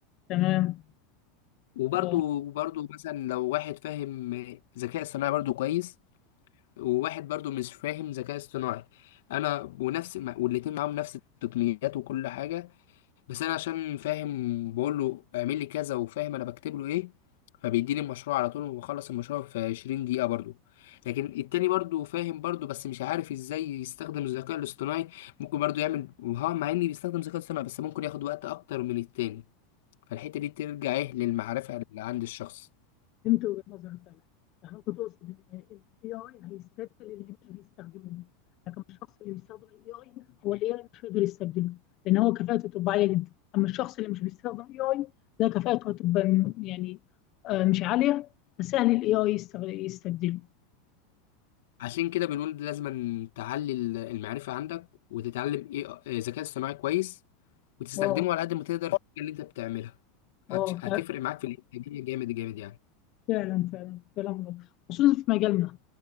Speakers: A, on the left (about 35°); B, on the left (about 75°).
A: تمام
B: وبرضو
A: اه
B: برضو مثلا لو واحد فاهم آه، ذكاء اصطناعي برضو كويس وواحد برضو مش فاهم ذكاء اصطناعي انا ونفس مع- والاتنين معاهم نفس التقنيات وكل حاجه بس انا عشان فاهم بقول له اعمل لي كذا وفاهم انا بكتب له ايه فبيديني المشروع على طول وبخلص المشروع في 20 دقيقه برضو لكن التاني برضو فاهم برضو بس مش عارف ازاي يستخدم الذكاء الاصطناعي ممكن برضو يعمل ها مع اني بيستخدم الذكاء الاصطناعي بس ممكن ياخد وقت اكتر من التاني فالحته دي ترجع ايه للمعرفه اللي عند الشخص
A: فهمت وجهة نظرك فعلا يعني انت تقصد ان ان الاي اي هيستبدل اللي مش بيستخدموه لكن الشخص اللي بيستخدم الاي اي هو الاي اي مش هيقدر يستبدله لان هو كفاءته تبقى عاليه جدا اما الشخص اللي مش بيستخدم اي اي ده كفاءته هتبقى م- يعني آه، مش عاليه فسهل الاي اي يستبدله
B: عشان كده بنقول لازم تعلي ال- المعرفة عندك وتتعلم ايه آه، ذكاء اصطناعي كويس وتستخدمه
A: اه
B: على قد ما تقدر في الحاجة اللي انت بتعملها
A: اه
B: هت- هتفرق معاك في الانتاجية جامد جامد يعني
A: فعلا فعلا كلام مظبوط خصوصا في مجالنا